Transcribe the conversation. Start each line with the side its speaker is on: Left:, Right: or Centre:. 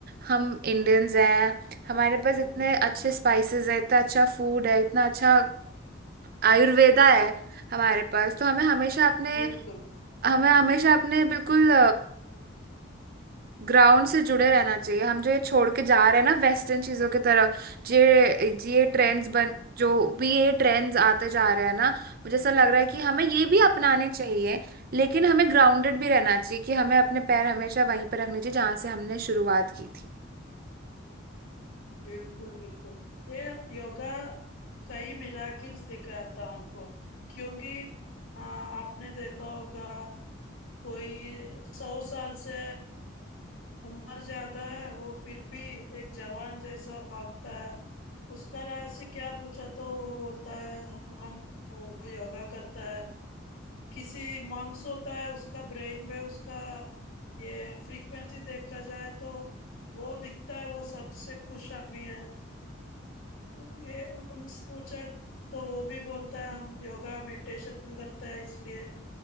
Right: हम इंडियंस हैं हमारे पास
Left: हम्म,
Right: इतने अच्छे स्पाइसेस है इतना अच्छा फूड है इतना अच्छा आयुर्वेदा है हमारे पास तो हमें हमेशा अपने
Left: बिल्कुल
Right: हमें
Left: हम्म
Right: हमेशा अपने बिल्कुल ग्राउंड से जुड़े रहना चाहिए हम जो ये छोड़ के जा रहे हैं ना वेस्टर्न चीज़ों की तरफ जे ये ट्रेंड्स
Left: हम्म,
Right: बन जो भी ये ट्रेंड्स आते जा रहे हैं ना मुझे ऐसा लग रहा है कि हमें ये भी अपनाने चाहिए लेकिन हमें ग्राउंडेड भी रहना चाहिए कि हमें अपने पैर हमेशा वहीं पर रखने चाहिए जहाँ से हमने शुरुआत की थी
Left: बिल्कुल बिल्कुल ये योगा कई मिराकिल्स दिखाता हमको क्योंकि आ, आपने देखा होगा कोई सौ साल से उम्र ज्यादा है वो फिर भी एक जवान जैसा भागता है उसका राज से क्या पूछा तो वो बोलता है हम, हम वो योगा करता है किसी मॉन्क्स होता है उसका ब्रेन वेव उसका ये फ्रीक्वेंसी देखा जाए तो वो दिखता है वो सबसे खुश आदमी है ये उनसे पूछा तो वो भी बोलता है हम योगा मेडिटेशन करता है इसलिए